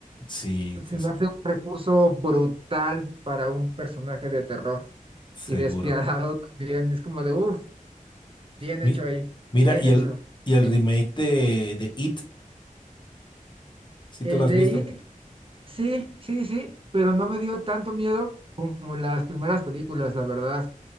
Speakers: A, on the left (about 30°); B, on the right (about 40°).
A: sí, sí,
B: Se
A: sí,
B: me hace un recurso brutal para un personaje de terror
A: seguro.
B: y despiadado <laughs> también. Es como de, uff, bien
A: Mi-
B: hecho ahí,
A: mira,
B: bien
A: y
B: hecho.
A: el, y el remake de, de It, si
B: El
A: te lo has
B: de
A: visto.
B: It, sí, sí, sí, pero no me dio tanto miedo como las primeras películas, la verdad.